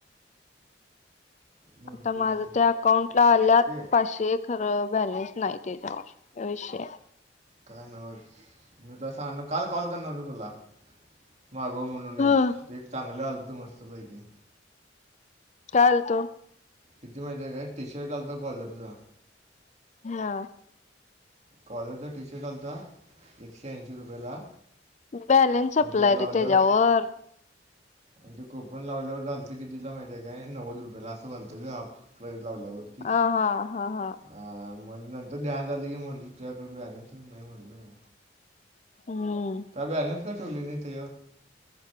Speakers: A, on the right; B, on the left.
A: भरपूर
B: आता माझं
A: होते
B: त्या अकाउंट ला आल्यात
A: ते
B: पाचशेएक खरं बॅलेन्स नाही ते तवा का विषय
A: काय नव मी तसं आणणार काल कॉल करणार, तुला मागोव म्हणून
B: हा
A: एक ते एक चांगलं आलंतं मस्तपैकी
B: कालतो
A: किती माहिती आहे काय टी शर्ट आलता कॉलरचा
B: हा
A: कॉलरचा टी शर्ट आलता एकशे ऐंशी रुपयाला
B: बॅलेन्स
A: आणि
B: सप्लाय
A: ते लावल्यावर
B: रे त्याच्यावर
A: आणि ते कोपण लावल्यावर झालं क तिला माहिती आहे काय नव्वद रुपयाला असं वाटलतं क हाफ प्ईज लावल्यावर
B: अ -हा हा हा
A: ह म्हण नंतर ध्यान आले की म्हटलं तुझ्याकड बणे तर नाही म्हटलं
B: हम्म
A: का बॅलेन् का ठेवले नाही त्याच्यावर